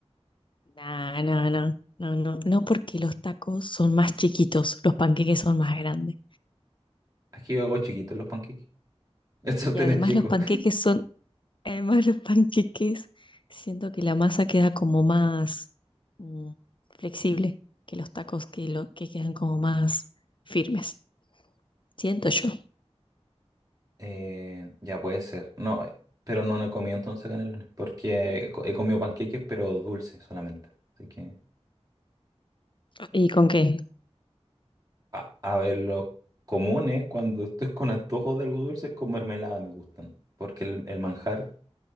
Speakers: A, on the left; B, on the right.
A: No, no, no, no, no, no porque los tacos son más chiquitos, los panqueques son más grandes.
B: Aquí yo hago chiquitos los panqueques. <laughs> El sartén
A: Y además
B: es chico.
A: los panqueques son, además los panqueques, siento que la masa queda como más mm, flexible que los tacos que, lo, que quedan como más firmes. Siento yo.
B: Eh, ya puede ser. No, pero no, no he comido entonces canelones. Porque he, co- he comido panqueques, pero dulces solamente. Así que,
A: ¿Y con qué?
B: a, a ver, los comunes, cuando estoy con antojos de algo dulce, con mermelada me gustan. Porque el, el manjar,